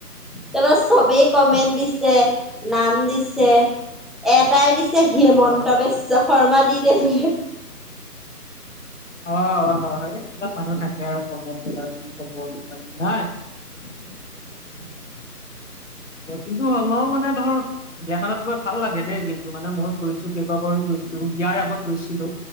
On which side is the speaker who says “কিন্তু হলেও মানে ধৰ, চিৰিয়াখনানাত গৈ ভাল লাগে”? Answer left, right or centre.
Left